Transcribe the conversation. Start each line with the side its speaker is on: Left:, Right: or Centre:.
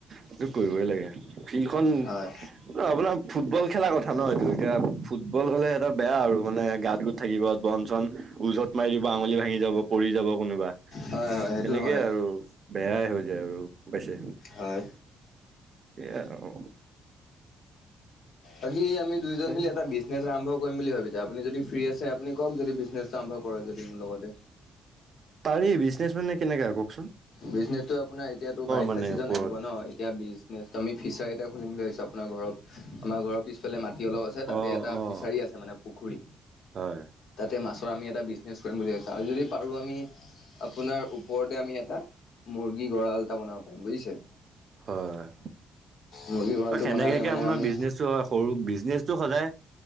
Right: এইটো কৰিবই লাগে। ফিল্ডখন
Left: হয়
Right: ন আপোনাৰ ফুটবল খেলা কথা ন এইটো এতিয়া ফুটবল হ'লে এটা বেয়া আৰু মানে গা ধু থাকিব বন চন ওজত মাৰি দিব আঙুলি ভাঙি যাব, পৰি যাব কোনোবা,
Left: হয় হয় সেইটো
Right: তেনেক
Left: হয়
Right: কে আৰু বেয়াই হৈ যায় আৰু বেছি।
Left: হয়
Right: এয়াই আৰু।
Left: আজি আমি দুইজন
Right: উপায়
Left: মিলি
Right: নাই।
Left: এটা বিজনেচ আৰম্ভ কৰিম বুলি ভাবিছো আপুনি যদি ফ্ৰী আছে আপুনি কওক যদি বিজনেছটো আৰম্ভ কৰে যদি মোৰ লগতে।
Right: পাৰি বিজনেচ মানে কেনেকা আকৌ?
Left: বিজনেচটো আপোনাৰ এতিয়াতো বাৰিষা
Right: মানে
Left: চিজন
Right: ওপৰত
Left: আহিব ন এতিয়া বিজ নেচ আমি ফিচাৰী এটা খুলিম বুলি ভাবিছো আপোনাৰ ঘৰত আমাৰ ঘৰত পিছফালে মাটি অলপ আছে তাতে
Right: অ',
Left: এটা
Right: অ',
Left: ফিচাৰী আছে মানে পুখুৰী,
Right: হয়,
Left: তাতে মাছৰ আমি এটা বিজ নেচ কৰিম বুলি ভাবিছো আৰু যদি পাৰো আমি আপোনাৰ ওপৰতে আমি এটা মুৰ্গী গঁৰাল এটা বনাব পাৰিম বুজিছে?
Right: হয়
Left: মুৰ্গী গঁৰালটো
Right: হয়, সেনেকাকে
Left: বনালে মানে
Right: আপোনাৰ
Left: আমি
Right: বিজনেচটো হয় সৰু বিজনেচটো সদায়